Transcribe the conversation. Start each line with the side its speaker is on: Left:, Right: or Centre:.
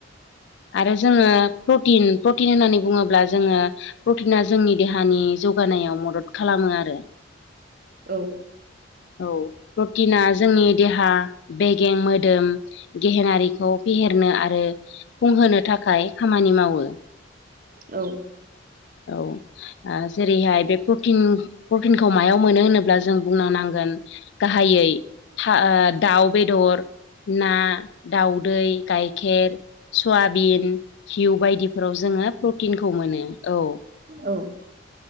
Left: आरो जोङो प्रटिन प्रटिन होननानै बुङोब्ला जोङो प्रटिना जोंनि देहानि जौगानायाव मदद खालामो आरो।
Right: औ।
Left: औ प्रटिना जोंनि देहा बेगें मोदोम गेहेनारिखौ फेहेरनो आरो फुंहोनो थाखाय खामानि मावो।
Right: औ।
Left: औ जेरैहाय बे प्रटिन प्रटिनखौ मायाव मोनो होनोब्ला जों बुंनो नांगोन गाहायै था ओ दाउ बेदर ना, दउदै, गायखेर, सयाबिन घिउ बायदिफोराव जोङो प्रटिनखौ मोनो औ।
Right: <unintelligible>